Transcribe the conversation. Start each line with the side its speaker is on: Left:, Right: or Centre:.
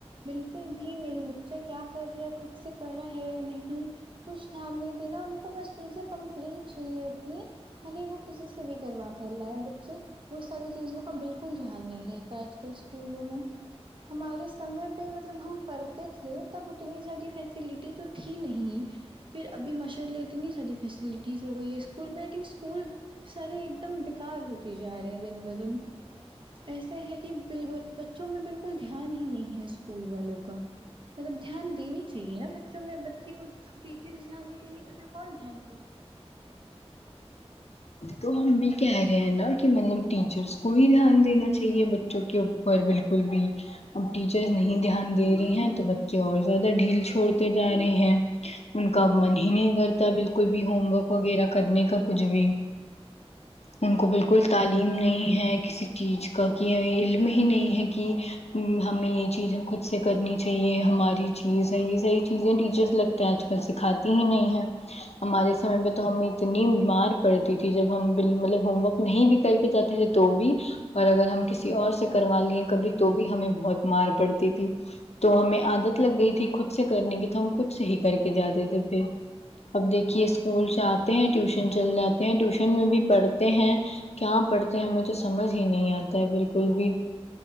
Right: بالکل بھی نہیں بچہ کیا کر رہا ہے خود سے کرا ہے یا نہیں کچھ دھیان نہیں دینا ان کو بس چیزیں کمپلیٹ چاہیے اپنی بھلے وہ کسی سے بھی کروا کر لا ہے ب وہ ساری چیزوں کا بالکل دھیان نہیں رہتا آج کل اسکولوں میں ہمارے سمے پہ مطلب ہم پڑ تھے تب اتنی زیادہ فیسلٹی تو تھی نہیں پھر ابھی ماشاء اللہ اتنی ساری فیسلٹیز ہو گئی ہے اسکول میں لیکن اسکول ساریے ایک دم بیکار ہوتی جا رہی ہیں دن با دن ایسے ہے کہ ب بچوں میں بالکل دھیان ہی نہیں ہے اسکول والوں کا مطلب دھیان دینی چاہیے نا بچوں میں بچے کو ٹیچرس دھیان نہیں دیں گے تو پھر کون دھیان دے گا
Left: تو ہم بھی کہہ رہے ہیں نا کہ مطلب ٹیچرس کو بھی دھیان دینا چاہیے بچوں کے اوپر بالکل بھی اب ٹیچرس نہیں دھیان دے رہی ہیں تو بچے اور زیادہ ڈھیل چھوڑتے جا رہے ہیں ان کا من ہی نہیں کرتا بالکل بھی ہوم ورک وغیرہ کرنے کا کچھ بھی ان کو بالکل تعلیم نہیں ہے کسی چیز کا کہ علم ہی نہیں ہے کہ ہمیں یہ چیزیں خود سے کرنی یہ ہماری چیز ہے یہ ساری چیزیں ٹیچرس لگتے ہیں آج کل سکھاتی ہی نہیں ہے ہمارے سمے میں تو ہمیں اتنی مار پڑتی تھی جب ہم بل مطلب ہوم ورک نہیں بھی کر کے جاتے تھے تو بھی اور اگر ہم کسی اور سے کروا لی ہے کبھی تو بھی ہمیں بہت مار پڑتی تھی تو ہمیں عادت لگ گئی تھی خود سے کرنے کی تو ہم خود سے ہی کر کے جاتے تھے پھر اب دیکھیے اسکول سے آتے ہیں ٹیوشن چل جاتے ہیں ٹیوشن میں بھی پڑھتے ہیں کیا پڑھتے ہیں ہمیں تو سمجھ ہی نہیں آتا ہے بالکل بھی